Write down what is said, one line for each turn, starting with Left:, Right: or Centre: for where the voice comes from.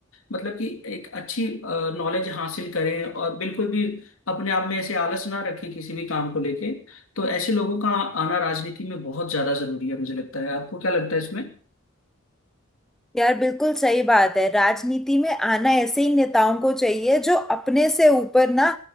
Left: मतलब कि एक अच्छी नॉलेज हासिल करें और बिल्कुल भी अपने आप में ऐसे आलस ना रखें किसी भी काम को लेके तो ऐसे लोगों का आना राजनीति में बहुत ज्यादा जरूरी है मुझे लगता है आपको क्या लगता है इसमें
Centre: यार बिल्कुल सही बात है राजनीति में आना ऐसे ही नेताओं को चाहिए जो अपने से ऊपर ना